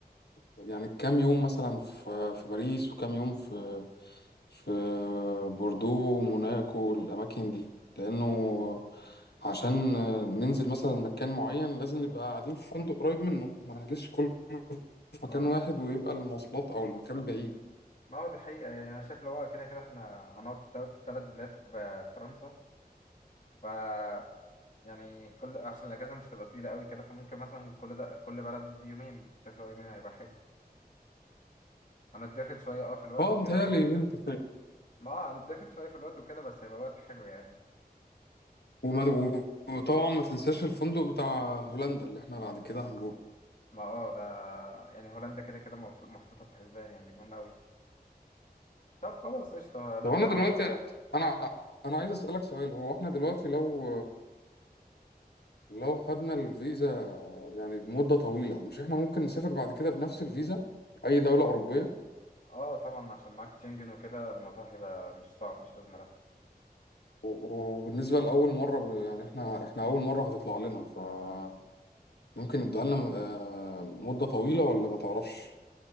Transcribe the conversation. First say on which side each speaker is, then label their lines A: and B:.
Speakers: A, on the left (about 85°); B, on the left (about 50°).
A: يعني كام يوم مثلا في في باريس وكام يوم في في بوردو موناكو الأماكن دي لأنه عشان ننزل مثلا مكان معين لازم نبقى قاعدين في فندق قريب منه ما نحجزش كله في
B: ما
A: مكان واحد ويبقى المواصلات أو المكان بعيد
B: ما هو دي حقيقة يعني انا شايف لو هو كده كده احنا هنقعد في تلات تلات بلاد في ب- فرنسا ف يعني كل عشان الاجازة مش تبقى طويلة قوي كده فممكن مثلا كل ده كل بلد يومين شايف لو يومين هيبقى حلو هنتضغط شوية اه في الوقت
A: اه
B: وكده
A: متهيألي
B: بس
A: يومين كفاية
B: ما آه، هنتضغط شوية في الوقت وكده بس هيبقى وقت حلو يعني
A: وما- وطبعا ما تنساش الفندق بتاع هولندا اللي احنا بعد كده هنروح
B: ما اه ده يعني هولندا كده كده محط- محطوطة في الحسبان يعني دي مهمة أوي طب خلاص قشطة لو
A: طب انا
B: كده
A: دلوقتي
B: أنت
A: انا انا عايز اسالك سؤال هو احنا دلوقتي لو لو خدنا الفيزا يعني بمدة طويلة مش احنا ممكن نسافر بعد كده بنفس الفيزا أي دولة أوروبية
B: اه طبعا عشان معاك تشنجن وكده الموضوع هيبقى مش صعب مش أزمة لأ
A: و- وبالنسبة لأول مرة ب- يعني احنا احنا أول مرة هتطلع لنا فممكن يدوها لنا آه، مدة طويلة ولا ما تعرفش؟